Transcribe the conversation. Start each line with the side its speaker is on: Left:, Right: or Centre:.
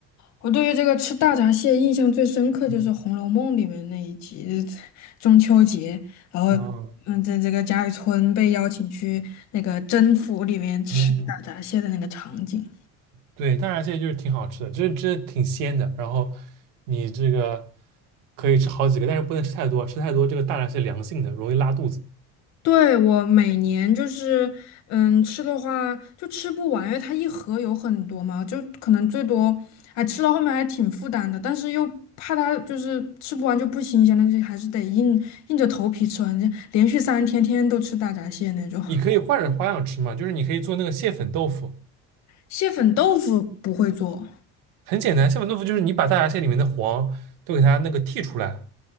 Left: 我对于这个吃大闸蟹印象最深刻就是《红楼梦》里面那一集，
Right: 嗯
Left: 中秋节，然后
Right: 哦
Left: 嗯，在这个贾雨村被邀请去那个甄府里面吃大闸蟹的那个场景。
Right: 嗯，对，大闸蟹就是挺好吃的，真真的挺鲜的。然后你这个可以吃好几个，但是不能吃太多，吃太多这个大闸蟹凉性的，容易拉肚子。
Left: 对，我每年就是，嗯，吃的话就吃不完，因为它一盒有很多嘛，就可能最多，哎，吃到后面还挺负担的，但是又怕它就是吃不完就不新鲜了，就还是得硬硬着头皮吃完，就连续三天天天都吃大闸蟹那种。
Right: 你可以换着花样吃嘛，就是你可以做那个蟹粉豆腐，
Left: 蟹粉豆腐不会做，
Right: 很简单。蟹粉豆腐就是你把大闸蟹里面的黄都给它那个剔出来，